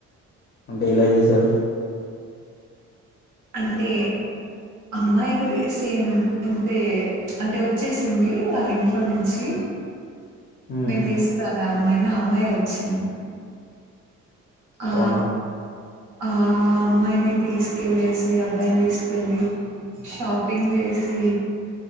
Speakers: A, on the left; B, on the right.
A: అంటే ఎలా చేశారు
B: అంటే అమ్మాయి సేమ్ ఇంతే అంటే ఒచ్చేసింది వాళ్ళ ఇంట్లో నుంచి
A: ఉమ్
B: నేన్ వేసుకురాను ఆ అమ్మాయినా ఆ అమ్మాయే వచ్చింది ఆ
A: అవునా
B: ఆ అమ్మాయిని తీసుకెళ్ళసి అబ్బాయిని తీసుకెళ్ళి షాపింగ్ చేసి